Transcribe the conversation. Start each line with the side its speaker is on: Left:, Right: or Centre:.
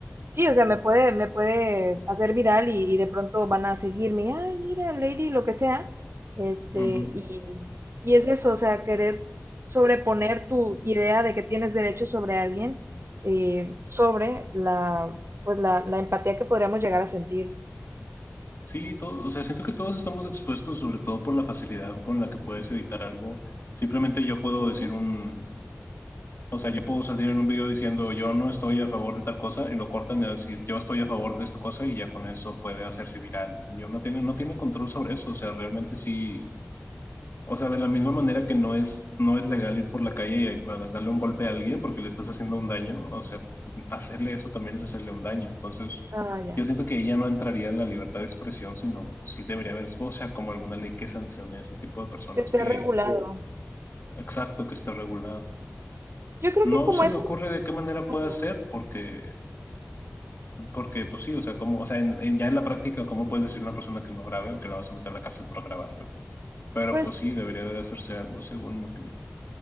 Right: Sí, o sea, me puede, me puede hacer viral y, y de pronto van a seguirme, ay, mira, Lady, lo que sea. Este,
Left: claro.
Right: y, y es eso, o sea, querer sobreponer tu idea de que tienes derecho sobre alguien, eh, sobre la, pues la, la empatía que podríamos llegar a sentir.
Left: Sí, todo, o sea, siento que todos estamos expuestos, sobre todo por la facilidad con la que puedes editar algo. Simplemente yo puedo
Right: Ujú.
Left: decir un, o sea, yo puedo salir en un video diciendo yo no estoy a favor de tal cosa y lo cortan de decir yo estoy a favor de esta cosa y ya con eso puede hacerse viral. Y yo no tiene, no tiene control sobre eso, o sea, realmente sí. O sea, de la misma manera que no es, no es legal ir por la calle y ma- darle un golpe a alguien porque le estás haciendo un daño, o sea, hacerle eso también es hacerle un daño. Entonces,
Right: Ah, ya,
Left: yo siento que ella no entraría en la libertad de expresión, sino sí debería haber, o sea, como alguna ley que sancione a ese tipo de personas
Right: que esté
Left: que,
Right: regulado.
Left: exacto, que está regulado.
Right: Yo creo
Left: No
Right: que como
Left: se
Right: es,
Left: me ocurre de qué manera
Right: Ay,
Left: puede
Right: perdón.
Left: ser porque, porque pues sí, o sea, como, o sea, en- en- ya en la práctica, ¿cómo puedes decir a una persona que no grabe o que la vas a meter a la cárcel por grabar? Pero, pero
Right: pues
Left: pues sí, debería de hacerse algo, según mi opinión.